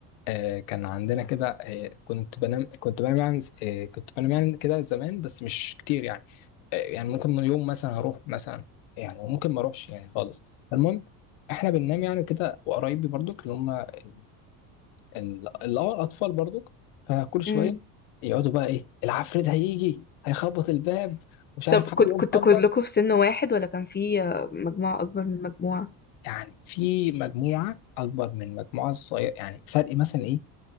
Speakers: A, on the left; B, on the left.
A: آه، كان عندنا كده آه، كنت بنام كنت بنام يعني آه، كنت بنام يعني كده زمان بس مش كتير يعني آه، يعني ممكن من يوم مثلا هروح مثلا يعني وممكن ما اروحش يعني خالص المهم احنا بننام يعني كده وقرايبي برضك اللي هم ال- ال- اللي هو الاطفال برضك فكل شويه
B: امم
A: يقعدوا بقى ايه العفريت هيجي هيخبط الباب ومش عارف
B: طب
A: حد
B: كنت
A: يقوم
B: كنتوا
A: خبط
B: كلكم في سن واحد ولا كان في آه، مجموعه اكبر من مجموعه
A: يعني في مجموعه اكبر من مجموعه صغيره يعني فرق مثلا إيه،